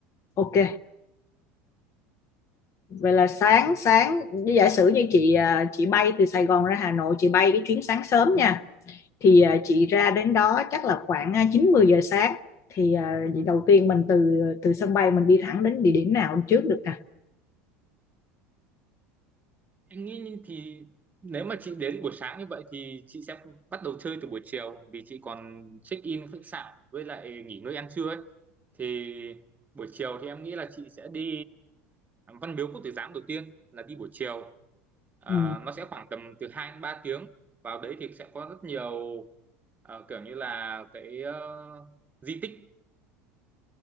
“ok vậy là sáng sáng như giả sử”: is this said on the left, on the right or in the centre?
Left